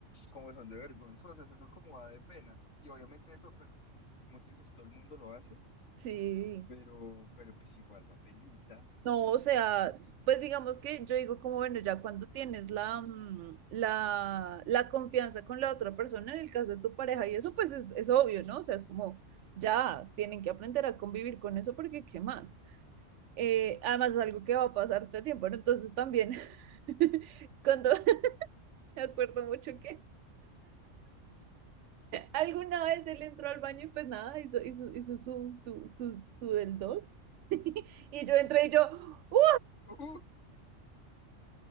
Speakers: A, on the left (about 70°); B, on the right (about 75°).
A: como son de vergonzosas, eso como da de pena. Y obviamente eso, pues, como tú dices, todo el mundo lo hace,
B: sí.
A: pero, pero pues igual da penita.
B: No, o sea, pues digamos que yo digo como, bueno, ya cuando tienes la, mm, la, la confianza con la otra persona, en el caso de tu pareja, y eso pues es, es obvio, ¿no? O sea, es como, ya tienen que aprender a convivir con eso porque, ¿qué más? Eh, además es algo que va a pasar todo el tiempo, ¿no? Entonces también, <laughs> cuando <laughs> me acuerdo mucho que alguna vez él entró al baño y pues nada, hizo, hizo, hizo su, su, su, su del dos, <laughs> y yo entré
A: <laughs>
B: y yo, ¡uh!
A: ¡Uh!